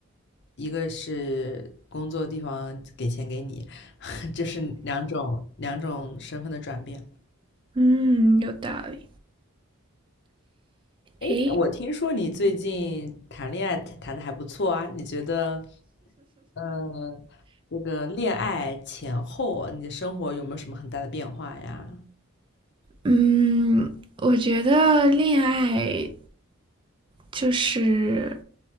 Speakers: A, on the left; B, on the right.
A: 一个是工作地方给钱给你，<laughs> 就是两种两种身份的转变。
B: 嗯，有道理。
A: 诶，
B: 诶，
A: 我听说你最近谈恋爱谈的还不错啊，你觉得，嗯，这个恋爱前后啊，你的生活有没有什么很大的变化呀？
B: 嗯，我觉得恋爱就是